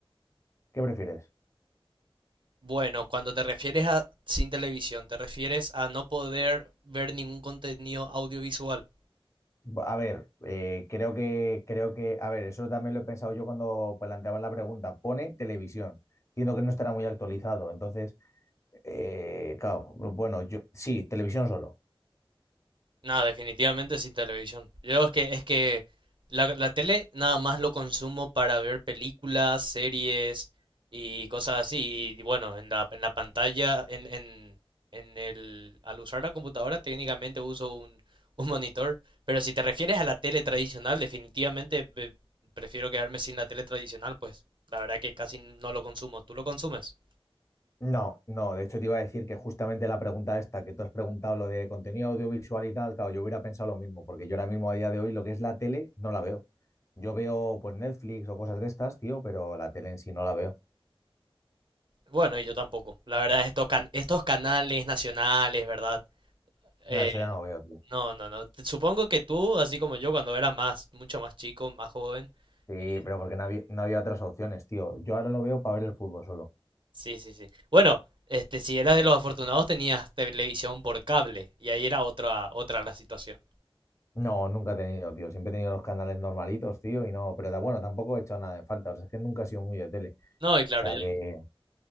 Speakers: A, on the left; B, on the right.
A: ¿Qué prefieres?
B: Bueno, cuando te refieres a sin televisión, ¿te refieres a no poder ver ningún contenido audiovisual?
A: A ver, eh, creo que, creo que, a ver, eso también lo he pensado yo cuando planteaban la pregunta. Pone televisión. Entiendo que no estará muy actualizado. Entonces, eh, claro, bueno, yo sí, televisión solo.
B: No, definitivamente sí televisión. Yo es que es que la, la tele nada más lo consumo para ver películas, series y cosas así. Y bueno, en la, en la pantalla, en, en, en el, al usar la computadora técnicamente uso un, un monitor. Pero si te refieres a la tele tradicional, definitivamente ve- prefiero quedarme sin la tele tradicional, pues la verdad que casi no lo consumo. ¿Tú lo consumes?
A: No, no, de hecho te iba a decir que justamente la pregunta esta que tú has preguntado, lo de contenido audiovisual y tal, claro, yo hubiera pensado lo mismo, porque yo ahora mismo a día de hoy lo que es la tele no la veo. Yo veo pues Netflix o cosas de estas, tío, pero la tele en sí no la veo.
B: Bueno, y yo tampoco. La verdad, estos, can- estos canales nacionales, ¿verdad? Eh,
A: No, eso ya no lo veo, tío.
B: No, no, no. Te- Supongo que tú, así como yo, cuando era más, mucho más chico, más joven.
A: Sí,
B: eh,
A: pero porque no había, no había otras opciones, tío. Yo ahora lo veo para ver el fútbol solo.
B: sí, sí, sí. Bueno, este, si eras de los afortunados, tenías televisión por cable. Y ahí era otra, otra la situación.
A: No, nunca he tenido, tío. Siempre he tenido los canales normalitos, tío, y no, pero da bueno, tampoco he hecho nada en falta. O sea, es que nunca he sido muy de tele.
B: No, y claro,
A: O sea
B: yo.
A: que...